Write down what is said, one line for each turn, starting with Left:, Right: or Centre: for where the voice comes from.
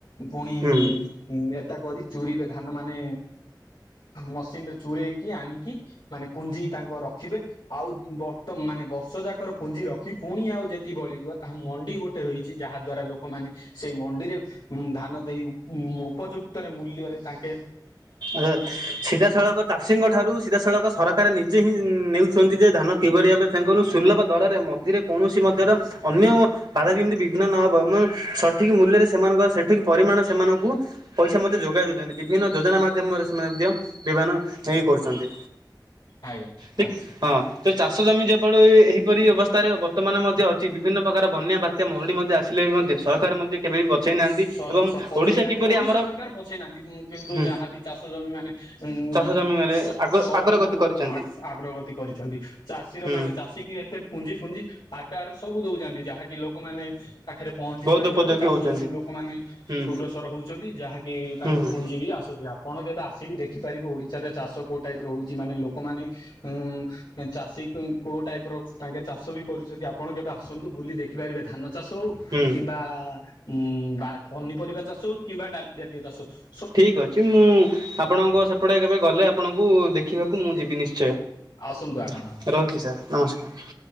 Left: ପୁଣି
Right: ହୁଁ।
Left: ଉଁ, ଉଁ, ଏ ତାକୁ ଆଜି ଚୁରିବେ ଧାନ ମାନେ ମସିନ୍ ରେ ଚୁରେଇକି ଆଣିକି ମାନେ ପୁଞ୍ଜି ତାଙ୍କ ରଖିବେ। ଆଉ ବର୍ତ୍ତ ମାନେ ବର୍ଷ ଯାକର ପୁଞ୍ଜି ରଖି ପୁଣି ଆଉ ଯେତି ବଳିବ ତାହା ମଣ୍ଡି ଗୋଟେ ହୋଇଛି ଯାହା ଦ୍ଵାରା ଲୋକମାନେ ସେଇ ମଣ୍ଡିରେ ଧାନ ଦେଇ ଉ ଉପ ଯୁକ୍ତରେ ମୂଲ୍ୟରେ ତାଙ୍କ
Right: ରେ ସିଧାସଳଖ ତାଷୀଙ୍କ ଠାରୁ ସିଧାସଳଖ ସରକାର ତାର ନିଜେ ହିଁ ନେଉଛନ୍ତି। ନିଯେ ଧାନ କିଭରି ଭାବେ ତାଙ୍କୁରୁ ସୁଲଭ ଦରରେ ମଝିରେ କୌଣସି ମଧ୍ୟରେ ଅନ୍ୟ ବାଧା ଯେମିତି ବିଘ୍ନ ନହବ ଏବଂ ସଠିକ୍ ମୂଲ୍ୟରେ ସେମାନଙ୍କର ସେଠିକ୍ ପରିମାଣ ସେମାନଙ୍କୁ ପଇସା ମଧ୍ୟ ଯୋଗାଇ ଦଉଛନ୍ତି। ବିଭିନ୍ନ ଯୋଜନା ମାଧ୍ୟମରେ ସେମାନେ ମଧ୍ୟ ବିଭାନ ହେଇ କରୁଛନ୍ତି।
Left: ଆଜ୍ଞା
Right: ଟିକ୍
Left: ଆଚ୍ଛା।
Right: ହଁ। ତ ଚାଷ ଜମି ଯେପଳୁ ଏ ଏହିପରି ଅବସ୍ଥାରେ ବର୍ତ୍ତମାନେ ମଧ୍ୟ ଅଛି ବିଭିନ୍ନ ପ୍ରକାର ବନ୍ୟା, ବାତ୍ୟା, ମରୁଡି, ମଧ୍ୟ ଆସିଲେ ବି ମଧ୍ୟ ସରକାର ମଧ୍ୟ କେବେ ବି ପଛେଇ
Left: ସ
Right: ନାହାନ୍ତି ଏବଂ
Left: ପଛେଇ
Right: ଓଡିଶା
Left: ନାହାନ୍ତି
Right: କିପରି
Left: ଓଡିଶା
Right: ଆମର
Left: ସରକାର ପଛେଇ ନାହାନ୍ତି କିନ୍ତୁ
Right: ହୁଁ
Left: ଯାହାବି ଚାଷ ଜମି ମାନେ ଉଁ
Right: ଚାଷ ଜମିରେ
Left: ସ
Right: ଆଗ
Left: ସବୁ
Right: ଆଗରେ ଗତି କରିଛନ୍ତି।
Left: ଆ ଆଗ୍ରଗତି କରି ଛନ୍ତି। ଚାଷୀର
Right: ହୁଁ
Left: ମାନେ ଚାଷୀ କି ଏତେ ପୁଞ୍ଜି ଫୁଞ୍ଜି ଆକାରରେ ସବୁ ଦଉ ପୂଜନ୍ତି, ଯାହାକି ଲୋକମାନେ ପାଖରେ ପହଞ୍ଚି
Right: ବହୁତ
Left: ପରି
Right: ଉପଯୋଗୀ
Left: ଚାଲିଛି ଚାଷ
Right: ହଉଛନ୍ତି
Left: ଷର ବି ଲୋକମାନେ
Right: ହୁଁ
Left: ଉଗ୍ରସର ହଉଛନ୍ତି ଯାହାକି ତାଙ୍କ
Right: ହୁଁ ହୁଁ
Left: ପୁଞ୍ଜି ବି ଆସତି, ଆପଣ କେବେ ଆସିକି ଦେଖି ଖିପାରିବୁ, ଓଡିଶାରେ ଚାଷ କୋଉ ଟାଇପ୍ ରେ ହଉଛି ମାନେ ଲୋକମାନେ ଉଁ ଚାଷୀ ଉଁ କୋଉ ଟାଇପ୍ ର ତାଙ୍କେ ଚାଷ ବି କରୁଛତି ଆପଣ କେବେ ଆସନ୍ତୁ ବୁଲି ଦେଖିପାରିବେ ଧାନ ଚାଷ ହଉ
Right: ହୁଁ
Left: କିମ୍ବା ଉଁ ବା ପନିପରିବା ଚାଷ ହଉ କିମ୍ବା ଡାଲି ଜାତୀୟ ଚାଷ ହଉ।
Right: ଠିକ୍ ଅଛି ମୁଁ ଆପଣଙ୍କ ସେପଟେ କେବେ ଗଲେ ଆପଣଙ୍କୁ ଦେଖିବାକୁ ମୁଁ ଯିବି ନିଶ
Left: ଆସନ୍ତୁ ଆମର
Right: ଶ୍ଚୟ ରହୁଛି ସାର୍ ନମସ୍କାର।